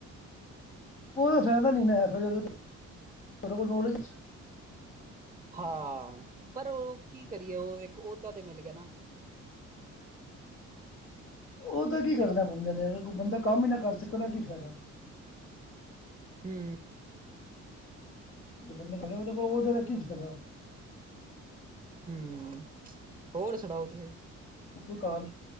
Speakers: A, on the left (about 45°); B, on the right (about 15°).
A: ਓਦਾ ਫੈਦਾ ਨੀ ਨਾ ਹੈ ਫਿਰ ਜਦੋਂ ਤੁਆਡੇ ਕੋਲ ਨੌਲੇਜ ਅੱਛੀ
B: ਹਾਂ, ਪਰ ਓ ਕੀ ਕਰੀਏ ਓ ਇੱਕ ਓਦਾਂ ਤੇ ਮਿਲ ਗਿਆ ਨਾ।
A: ਓਦਾ ਕੀ ਕਰਨਾ ਬੰਦਾ ਨੇ ਜਦੋਂ ਕੋਈ ਬੰਦਾ ਕੰਮ ਈ ਨਾ ਕਰ ਸਕੇ ਓਦਾ ਕੀ ਫੈਦਾ।
B: ਹੂੰ।
A: ਜੇ ਬੰਦਾ <unintelligible> ਓਦਾ ਕੋਲੋਂ ਓਦੇ ਫੇਰ ਕਿ ਸਿੱਖਦਾ।
B: ਹੂੰ, ਹੋਰ ਸੁਣਾਓ ਤੁਸੀਂ?
A: ਕੋਈ ਘਰ,